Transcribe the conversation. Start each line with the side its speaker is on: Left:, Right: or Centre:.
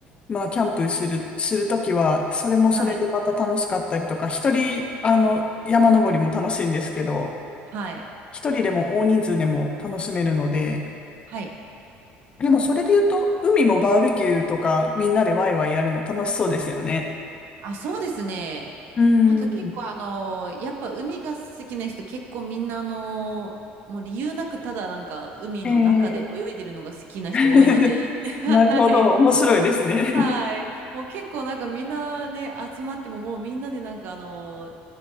Left: まあ、キャンプする、するときは、それもそれでまた楽しかったりとか、
Right: はい。
Left: 一人、あの、山登りも楽しいんですけど、
Right: はい。
Left: 一人でも大人数でも楽しめるので、
Right: はい。
Left: でもそれで言うと、海もバーベキューとか、みんなでワイワイやるの楽しそうですよね。
Right: あ、そうですね。
Left: うー
Right: あと結構あの、
Left: ん。
Right: やっぱ海が好きな人結構みんなあの、もう理由なくただなんか海の中で泳いでるのが好きな人多いので、
Left: ええ <laughs>
Right: <laughs>
Left: なるほど。
Right: はい。
Left: 面白いですね。
Right: はい。もう結構なんかみんなね、集まってももうみんなでなんかあの、